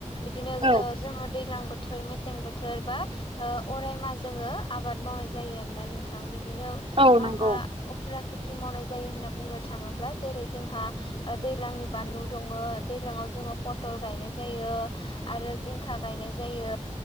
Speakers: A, on the left (about 45°); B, on the right (about 50°).
A: बिदिनो
B: औ
A: ओ जोङो दैज्लां बोथोर थोर मेसें बोथोर बा ओ अरायमा जोङो आबाद मावनाय जायो आरोना नोंथां बि दिनो
B: औ
A: मा
B: नंगौ
A: मा अफुरा खे ति मावनाय जायो होनना बुंनो थाङोब्ला जेरै जोंहा दैलांनि बानलु दङ दैलांङाव जों पतल गायनाय जायो आरो जिंखा गायनाय ज जायो